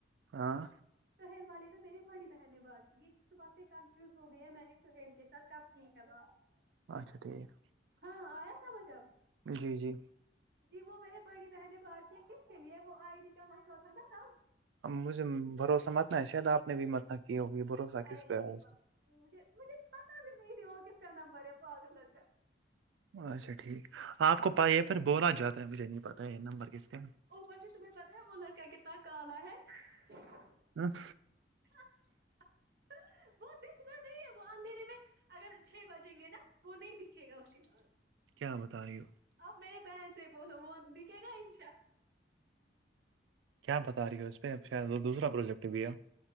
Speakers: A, on the right; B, on the right.
A: ہاں
B: سہل والے پہ میری بڑی بہن نے بات کی ایک صبح سے کنفیوز ہو گئی ہے میں نے سہیل کے سر کب ٹیک ہے بات <inaudible>
A: اچھا ٹھیک
B: ہاں آیا س مجھ آب <inaudible>
A: جی جی
B: جی وہ میے بڑی بہن ب تھ کس کے لیے وہ آئی ڈی کا منہ تھا ن تب <unintelligible>
A: مجھے بھروسہ متنا ہے شاید آپ نے بھی متنا کی ہوگی بھروسہ
B: ارے
A: کس پہ
B: نہیں
A: ہے اس
B: پا مجھے پتا بھی نہیں تھی وہ کس طرح نام پے پ آگ لڑکا
A: اچھا ٹھیک آپ کو
B: جی
A: پ
B: جی
A: یہ پھر بولا جاتا ہے مجھے نہیں پتاہ یہ نمبر کس کے
B: اپی تمیں پتا ہے بولر کیا کتنا کالا ہے <inaudible>
A: ہ <inaudible>
B: <inaudible> وہ دکھتا نہیں ہے وہ اندھیرے میں اگر چھ بجیں گے نا وہ نہیں دکھے گا اس کے بعد
A: کیا بتا رہی ہو
B: اب میری بہن سے بولو م دکھے گا انشاء
A: کیا بتا رہی ہے اس پہ شاید وہ دوسرا پروجیکٹ بھی ہے